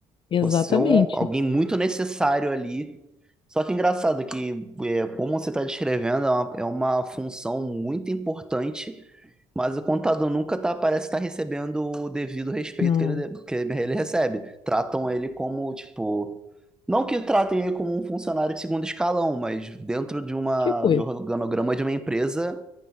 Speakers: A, on the left; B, in the centre.
A: Exatamente.
B: Você é um- alguém muito necessário ali. Só que engraçado que, é, como você está descrevendo, é uma, é uma função muito importante, mas o contador nunca tá, parece estar recebendo o devido respeito
A: Não.
B: que ele, de- que ele recebe. Tratam ele como, tipo. Não que tratem ele como um funcionário de segundo escalão, mas dentro de uma,
A: Tipo
B: de
A: isso.
B: um organograma de uma empresa,